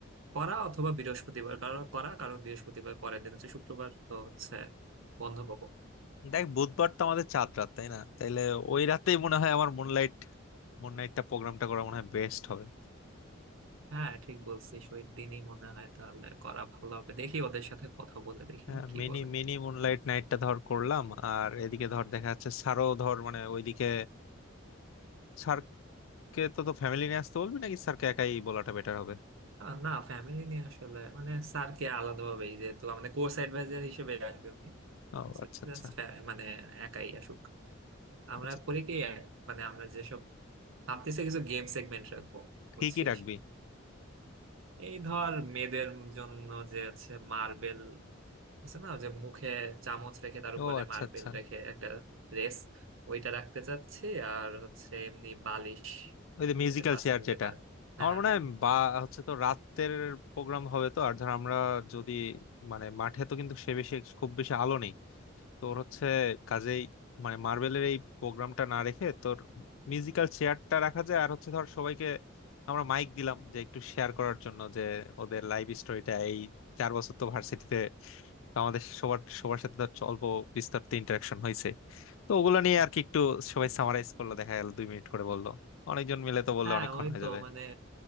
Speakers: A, on the right; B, on the left.
A: করা অথবা বৃহস্পতিবার করা করা, কারণ বৃহস্পতিবার পরের দিন হচ্ছে শুক্রবার তো হচ্ছে বন্ধ পাবো
B: দেখ বুধবার তো আমাদের চাঁদ রাত তাই না তাইলে ওই রাতেই মনে হয় আমার মুনলাইট মুনলাইটটা প্রোগ্রামটা করা মনে হয় বেস্ট হবে
A: হ্যাঁ ঠিক বলছিস ওই দিনই মনে হয় তাহলে করা ভালো হবে দেখি ওদের সাথে কথা বলে দেখি
B: হ্যাঁ
A: কি
B: মিনি
A: বলে
B: মিনি মুনলাইট নাইটটা ধর করলাম আর এদিকে ধর দেখা যাচ্ছে স্যারও ধর মানে ওইদিকে আহ, কে তো তো ফ্যামিলি নিয়ে আসতে বলবি নাকি স্যারকে একাই বলাটা বেটার হবে
A: আহ, না ফ্যামিলি নিয়ে আসলে মানে স্যারকে আলাদাভাবে যেহেতু আমাদের কোর্স অ্যাডভাইজার হিসেবে আসবে উনি
B: ও আচ্ছা আচ্ছা
A: Just, আহ, মানে একাই আসুক আমরা
B: আচ্ছা
A: করি কি আহ, মানে আমরা যেসব ভাবতেছি কিছু গেম সেগমেন্ট রাখবো বুঝছিস
B: কি কি রাখবি
A: এই ধর মেয়েদের জন্য যে আছে মার্বেল আছে না যে মুখে চামচ রেখে তার উপরে
B: ও আচ্ছা
A: মার্বেল
B: আচ্ছা
A: রেখে একটা রেস ওইটা রাখতে চাচ্ছি আর হচ্ছে এমনি বালিশ
B: ওই যে মিউজিক্যাল
A: এই যে পাসিং
B: চেয়ার যেটা
A: যে বা- হ্যাঁ
B: আমার
A: হ্যাঁ
B: মনে
A: আমি
B: হয় বা হচ্ছে তো রাতের প্রোগ্রাম হবে তো আর ধর আমরা যদি মানে মাঠে তো কিন্তু সে বেশি খুব বেশি আলো নেই তোর হচ্ছে কাজেই মানে মার্বেলের এই প্রোগ্রামটা না রেখে তোর মিউজিক্যাল চেয়ারটা রাখা যায় আর হচ্ছে ধর সবাইকে আমরা মাইক দিলাম যে একটু শেয়ার করার জন্য যে ওদের লাইফ স্টোরিটা এই চার বছর তো ভার্সিটিতে আমাদের সবার সবার সাথে ধর অল্প বিস্তারিত ইন্টারাকশন হয়েছে তো ওগুলো নিয়ে আর কি একটু সবাই সামারাইজ করলো দেখা গেল দুই মিনিট করে বললো অনেকজন মিলে তো বললে
A: হ্যাঁ
B: অনেকক্ষণ
A: ওই
B: হয়ে
A: তো
B: যাবে
A: মানে